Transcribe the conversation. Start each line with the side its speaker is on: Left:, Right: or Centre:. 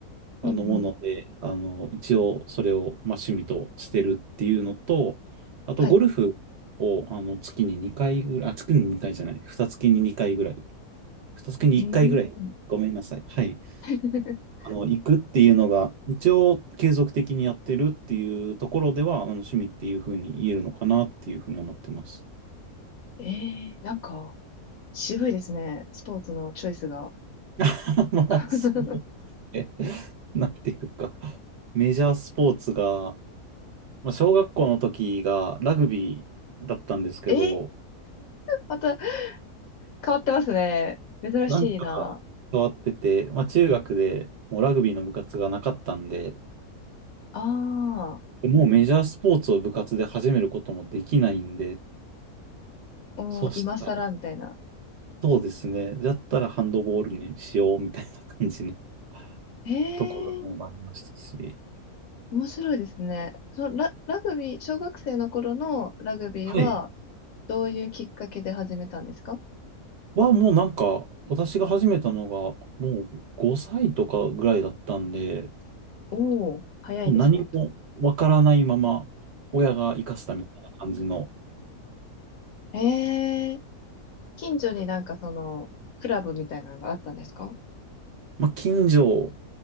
Left: うん、
Right: あのもので、
Left: うん。
Right: あの、一応それを、まあ、趣味としてるっていうのと、あとゴルフを、
Left: はい。
Right: あの、月に2回ぐらい、あ、月に2回じゃない、二月に2回ぐらい、二月に1回ぐらい、
Left: うーん。
Right: ごめんなさい。はい。
Left: <laughs>
Right: あの、行くっていうのが、一応継続的にやってるっていうところでは、あの、趣味っていうふうに言えるのかなっていうふうに思ってます。
Left: ええなんか、渋いですね。スポーツのチョイスが。
Right: <laughs> まあ、
Left: <laughs>
Right: そう。えなんていうか、メジャースポーツが、まあ、小学校の時がラグビーだったんですけど、
Left: え <laughs> また変わってますね。珍しいな。
Right: なんか変わってて、まあ、中学でもうラグビーの部活がなかったんで、
Left: ああ、
Right: でもうメジャースポーツを部活で始めることもできないんで、
Left: おー、
Right: そうしたら、
Left: 今更みたいな。
Right: そうですね、だったらハンドボールにしようみたいな感じの
Left: ええ
Right: ところもありましたし、
Left: 面白いですね。そのラ、ラグビー、小学生の頃のラグビーは、
Right: はい。
Left: どういうきっかけで始めたんですか
Right: はもうなんか、私が始めたのがもう5歳とかぐらいだったんで、
Left: おお、早いですね。
Right: もう何もわからないまま、親が生かしたみたいな感じの、
Left: ええ、近所になんかその、クラブみたいなのがあったんですか
Right: まあ、近所、